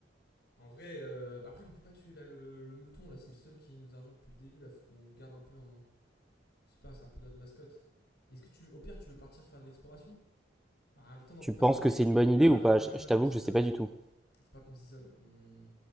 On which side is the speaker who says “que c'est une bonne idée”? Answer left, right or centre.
Centre